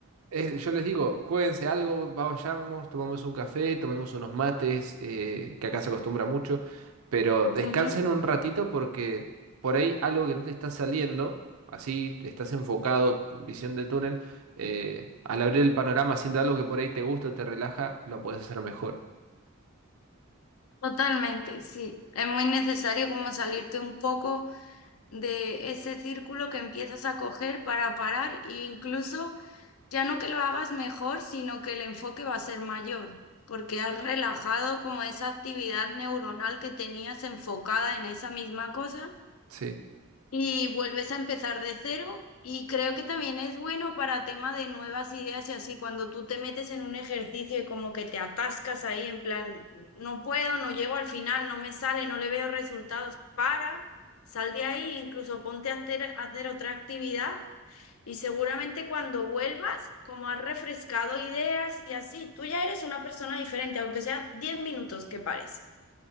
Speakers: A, on the right; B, on the left.
A: es- yo les digo, juéguense algo, vayamos, tomemos un café, tomemos unos mates, eh, que acá se acostumbra mucho, pero descansen
B: Ujú,
A: un ratito porque por ahí algo que no te está saliendo, así estás enfocado, visión de túnel, eh, al abrir el panorama haciendo algo que por ahí te gusta, o te relaja, lo puedes hacer mejor.
B: Totalmente, sí. Es muy necesario como salirte un poco de ese círculo que empiezas a coger para parar e incluso ya no que lo hagas mejor, sino que el enfoque va a ser mayor, porque has relajado como esa actividad neuronal que tenías enfocada en esa misma cosa
A: Sí.
B: y vuelves a empezar de cero. Y creo que también es bueno para tema de nuevas ideas y así, cuando tú te metes en un ejercicio y como que te atascas ahí en plan, no puedo, no llego al final, no me sale, no le veo resultados, para, sal de ahí, incluso ponte a hacer, a hacer otra actividad y seguramente cuando vuelvas, como has refrescado ideas y así, tú ya eres una persona diferente, aunque sea 10 minutos que pares.